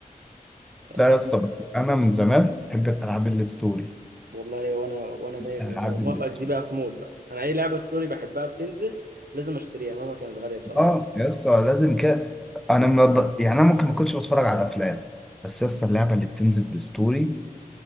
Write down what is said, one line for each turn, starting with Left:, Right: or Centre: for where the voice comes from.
Centre: لا
Right: اوضحه
Centre: يا اسطى بس انا من زمان بحب الالعاب الستوري
Right: والله وانا وانا ميت
Centre: العاب
Right: انا موافقك
Centre: الاستوديو
Right: دي بقى في مود بقى انا اي لعبه ستوري بحبها بتنزل لازم اشتريها مهما كانت غاليه بصراحه
Centre: اه يا اسطى لازم كده انا ما ب... يعني انا ممكن ما كنتش بتفرج على افلام بس يا اسطى اللعبه اللي بتنزل بالستوري